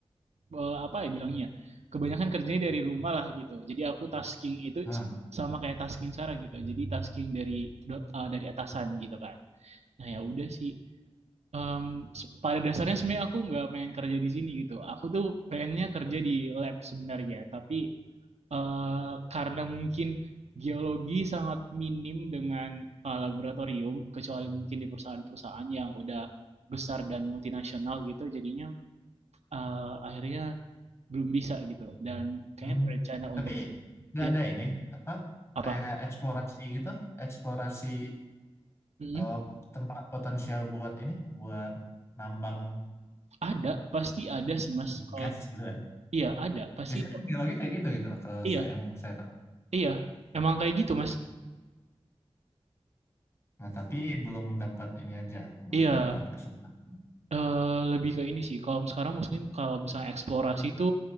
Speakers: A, on the right (about 90°); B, on the left (about 25°).
A: eh, apa ya bilangnya? Kebanyakan kerjanya dari rumah lah gitu. Jadi aku tasking itu
B: ah,
A: sama kayak tasking sekarang gitu. Jadi tasking dari do- eh, dari atasan gitu kan. Nah ya udah sih. Em, pada dasarnya sebenarnya aku nggak pengen kerja di sini gitu. Aku tuh pengennya kerja di lab sebenarnya, tapi eh karena mungkin geologi sangat minim dengan eh, laboratorium, kecuali mungkin di perusahaan-perusahaan yang udah besar dan multinasional gitu, jadinya eh, akhirnya belum bisa gitu. Dan kayaknya
B: hmm.
A: berencana untuk
B: Tapi nggak
A: ya
B: ada ini apa
A: apa?
B: kayak eksplorasi gitu, eksplorasi
A: Mm-mm.
B: eh, tempat potensial buat ini buat nambang
A: Ada, pasti ada sih Mas. Kalau
B: gas gitu kan.
A: iya ada, pasti
B: Biasanya biologi kayak gitu gitu lah kalau
A: iya
B: saya yang saya tahu.
A: iya. Emang kayak gitu Mas.
B: Nah, tapi belum dapat ini aja, belum
A: Iya,
B: dapat kesempatan.
A: eh, lebih ke ini sih. Kalau sekarang mungkin kalau misalnya eksplorasi itu